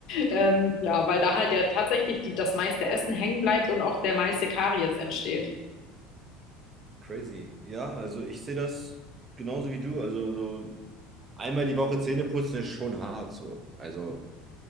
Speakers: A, on the left; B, on the right.
A: Ähm, ja, weil da halt ja tatsächlich die, das meiste Essen hängen bleibt und auch der meiste Karies entsteht.
B: Crazy. Ja, also ich sehe das genauso wie du. Also so einmal die Woche Zähne putzen ist schon hart so. Also